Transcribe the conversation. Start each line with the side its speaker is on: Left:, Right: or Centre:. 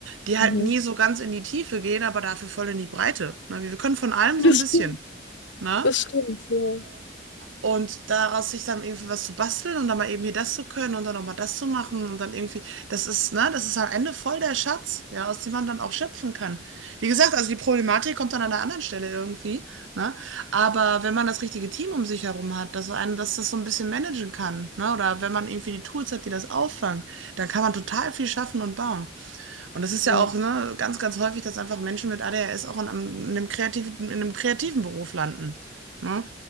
Right: die halt
Left: Mhm.
Right: nie so ganz in die Tiefe gehen, aber dafür voll in die Breite. Ne? Wir wir können von allem
Left: Das
Right: so ein bisschen.
Left: stimmt,
Right: Ne?
Left: das stimmt, ja.
Right: Und daraus sich dann irgendwie was zu basteln und dann mal eben hier das zu können und dann auch mal das zu machen und dann irgendwie, das ist, ne, das ist am Ende voll der Schatz, ja, aus dem man dann auch schöpfen kann. Wie gesagt, also die Problematik kommt dann an einer anderen Stelle irgendwie, ne? Aber wenn man das richtige Team um sich herum hat, dass einen, dass das so ein bisschen managen kann, ne? Oder wenn man irgendwie die Tools hat, die das auffangen, dann kann man total viel schaffen und bauen. Und das ist
Left: Ja.
Right: ja auch, ne, ganz, ganz häufig, dass einfach Menschen mit ADHS auch in einem, in einem kreativen, in einem kreativen Beruf landen. Ne?